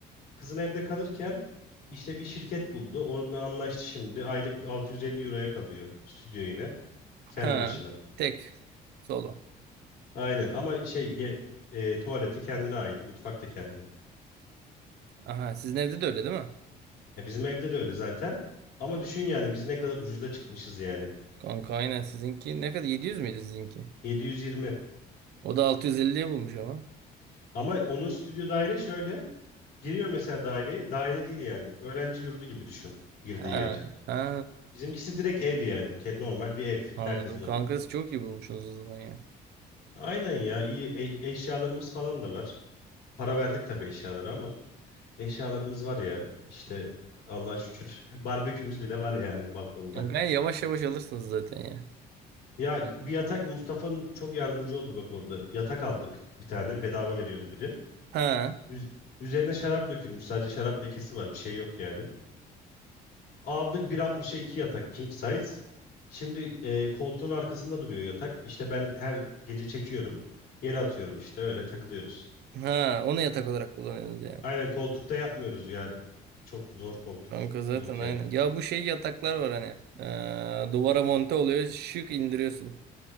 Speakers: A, on the left; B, on the right.
A: Kızın evde kalırken işte bir şirket buldu. Orada anlaştı şimdi. Aylık 650 euroya kalıyor stüdyo yine. Kendi
B: Ha.
A: başına.
B: Tek. Solo.
A: Aynen ama şey ye- e, tuvaleti kendine ait. Mutfak da kendi.
B: Aha sizin evde de öyle değil mi?
A: E, bizim evde de öyle zaten. Ama düşün yani biz ne kadar ucuza çıkmışız yani.
B: Kanka aynen sizinki ne kadar 700 müydü sizinki?
A: 720.
B: O da 650'ye bulmuş ama.
A: Ama onun stüdyo daire şöyle. Giriyor mesela daireye. Daire değil yani. Öğrenci yurdu gibi düşün girdiği
B: Ha.
A: yer.
B: Ha.
A: Bizimkisi direkt ev yani. Ke- Normal bir ev.
B: Anladım.
A: Herkesin oturduğu.
B: Kankası çok iyi bulmuşsunuz o zaman ya.
A: Aynen ya iyi e- eşyalarımız falan da var. Para verdik tabii eşyalara ama eşyalarımız var ya işte Allah'a şükür <laughs> barbekümüz bile var yani balkonda.
B: Kankayı yavaş yavaş alırsınız zaten ya.
A: Ya bir yatak Mustafa'nın çok yardımcı oldu bak orada. Yatak aldık bir tane bedava veriyordu biri.
B: Ha.
A: Üz- üzerine şarap dökülmüş sadece şarap lekesi var bir şey yok yani. Aldık 1.60'a 2 yatak king size. Şimdi e, koltuğun arkasında duruyor yatak. İşte ben her gece çekiyorum. Yere atıyorum işte öyle takılıyoruz.
B: Ha. Onu yatak olarak kullanıyorsunuz yani.
A: Aynen koltukta yatmıyoruz ya. Çok zor koltuk.
B: Kanka zaten
A: Yok
B: aynen.
A: yani.
B: Ya bu şey yataklar var hani. Ee, duvara monte oluyor. Şık indiriyorsun.